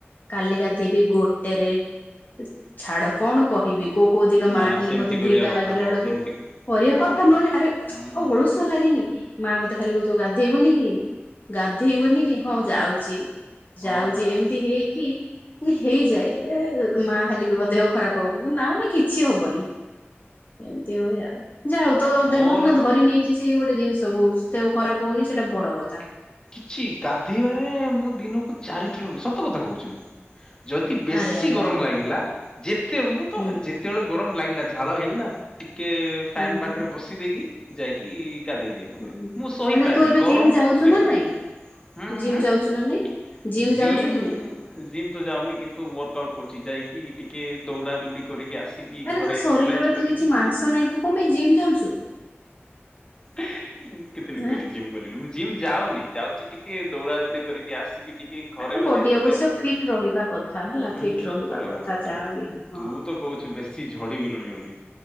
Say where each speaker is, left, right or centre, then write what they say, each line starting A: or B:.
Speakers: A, on the left; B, on the left.
A: କାଲି ଗାଧେଇବି ଗୋଟେ ରେ ଇସ୍ ଛାଡ଼ କଣ କହିବି କୋଉ କୋଉ ଦିନ
B: ନା
A: ମା
B: ନା
A: ଖାଲି
B: ସେମିତି
A: ମୋତେ
B: କରିବା
A: ଦିଇଟା
B: କଥା
A: ବାଜିଲା
B: ନୁହଁ
A: ବେଳୁକୁ
B: ସେମିତି
A: କରିବା
B: ହଁ
A: କଥା
B: ସେମିତି
A: ନୁହେଁ ଯେ ଆରେ
B: ହୁଁ
A: ଆଉ ଅଳସୁଆ ଲାଗେନି। ମା ମୋତେ ଖାଲି କହୁଥିବ ଗାଧେଇବୁନି କି ଗାଧେଇବୁନି କି ହଁ ମୁଁ ଯାଉଚି। ଯାଉଚି
B: ହଁ ପରା
A: ଏମିତି ହେଇକି ହେଇଯାଏ ଏ, ମା ଖାଲି କହିବ ଦେହ ଖରାପ ହବ। ମୁଁ କହିବି ନା ନା କିଛି ହବନି। ଏମିତି ହୁଏ ଆଉ। ଯାହା ହୋଉ ତୋ
B: ମୋର
A: ଦେହ ସିନା ଧରି ନେଇଚି ସେଇ ଗୋଟେ ଜିନିଷକୁ। ଦେହ ଖରାପ ହୋଉନି ସେଟା ବଡ଼ କଥା।
B: ଛି ଗାଧେଇବାରେ ମୁଁ ଦିନକୁ ଚାରିଥର ବି ସତ କଥା କହୁଛି ମୁଁ। ଯଦି ବେଶୀ
A: ଆରେ ଆରେ
B: ଗରମ
A: ଆରେ
B: ଲାଗିଲା, ଯେତେ ମୁଁ ତ
A: ହୁଁ
B: ଯେତେବେଳେ ଗରମ ଲାଗିଲା ଝା ଝାଳ ହେଇଗଲା ଟିକେ ଫ୍ୟାନ୍
A: ହୁଁ ହୁଁ
B: ପାଖରେ ବସି ଦେଇକି ଯାଇକି ଗାଧେଇ ଦିଏ ମୋତେ।
A: ହୁଁ।
B: ମୁଁ ସଇ
A: ଆଚ୍ଛା
B: ପାରେନି
A: ତୁ ଏବେ
B: ଗରମକୁ
A: ଜିମ୍ ଯାଉଛୁ
B: ମୁଁ ସଇ
A: ନା
B: ପାରେନି।
A: ନାଇଁ
B: ହୁଁ, ହୁଁ,
A: ଜିମ୍
B: ହୁଁ
A: ଯାଉଛୁ ନା ନାଇଁ?
B: ଜିମ୍
A: ଯାଉଛୁ କି ନାଇଁ?
B: ଜିମ୍ ତ ଯାଉନି କିନ୍ତୁ ୱାର୍କ ଆଉଟ୍ କରୁଛି। ଯାଇକି ଟିକେ ଦୌଡ଼ା ଦୌଡି କରିକି ଆସିକି
A: ଆରେ
B: ଘରେ
A: ତୋ ଶରୀରରେ
B: ଏକ୍ସରସାଇଜ କରିକି
A: ତ କିଛି ମାଂସ ନାହିଁ ତୁ କଣ ପାଇଁ ଜିମ୍ ଯାଉଛୁ?
B: ଏମିତି ତ ଖାଲି
A: ହାଁ
B: କହିଲି ଜିମ୍ ଗଲିବୋଲି, ମୁଁ ଜିମ୍ ଯାଉନି, ଯାଉଛି ଟିକେ ଦୌଡ଼ା ଦୌଡି କରିକି ଆସିକି ଟି କି ଘରେ
A: ଆଲୋ
B: ଘରେ
A: ବଡି
B: ଏକ୍ସର୍ସାଇଜ୍
A: ଅବଶ୍ୟ
B: କରୁଛି।
A: ଫିଟ୍ ରହିବା କଥା ହେଲା
B: ହୁଁ ଫିଟ୍
A: ରହିବା
B: ତ ରହିବାର କଥା।
A: ଯାହାବି ହଁ।
B: ତୁ ତ କହୁଛୁ ବେଶୀ ଝଡ଼ି ଗୁଲୁଣି ବୋଲି